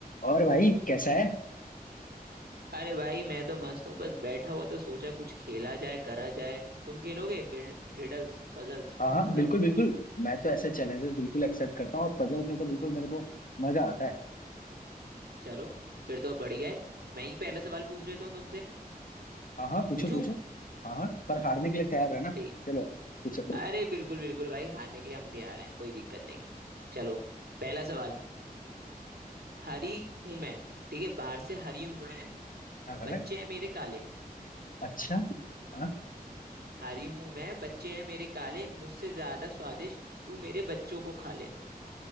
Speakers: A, on the left; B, on the right.
A: और भाई कैसा है
B: अरे भाई मैं तो मस्त हूँ बस बैठा हुआ तो सोचा कुछ खेला जाए करा जाए तुम खेलोगे रिडल्स पजल्स
A: हाँ हाँ
B: बताओ
A: बिल्कुल बिल्कुल मैं तो ऐसे चैलेंजेस बिल्कुल एक्सेप्ट करता हूँ और पजल्स में तो बिल्कुल मेरे को मजा आता है
B: चलो फिर तो अब बढ़िया है मैं ही पहला सवाल पूछ लेता हूँ तुमसे
A: हाँ हाँ पूछो
B: पूछूं
A: पूछो हाँ हाँ पर हारने के लिए तैयार रहना
B: ठीक
A: चलो पूछो
B: अरे बिल्कुल बिल्कुल भाई हारने के लिए हम तैयार हैं कोई दिक्कत नहीं चलो पहला सवाल हरी हूं मैं ठीक है बाहर से हरी हूं मैं
A: हाँ हाँ
B: बच्चे
A: हाँ।
B: हैं मेरे काले
A: अच्छा हाँ
B: हरी हूं मैं बच्चे हैं मेरे काले मुझसे ज्यादा स्वादिष्ट तू मेरे बच्चों को खा ले